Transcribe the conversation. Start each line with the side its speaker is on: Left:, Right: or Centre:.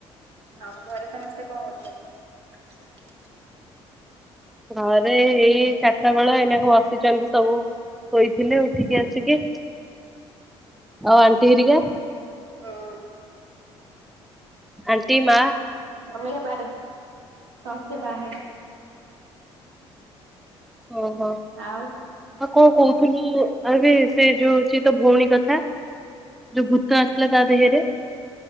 Right: ଆଉ ଘରେ ସମସ୍ତେ କଣ କରୁଛନ୍ତି?
Centre: ଘରେ ଏଇ ଚାରିଟା ବେଳ ଏଇନାକୁ ବସିଛନ୍ତି ସବୁ। ଶୋଇଥିଲେ ଉଠିକି ଆସିକି ଆଉ ଆଣ୍ଟି ହେରିକା?
Right: ହଁ।
Centre: ଆଣ୍ଟି, ମା
Right: ମମି ହେରିକା ବାହାରେ ସମସ୍ତେ ବାହାରେ।
Centre: ଓହୋ।
Right: ଆଉ?
Centre: ଆଉ କଣ କହୁଥିଲୁ ଆବେ ସେ ଯୋଉଛି ତ ଭଉଣୀ କଥା। ଯୋଉ ଭୂତ ଆସିଲା ତା ଦେହରେ।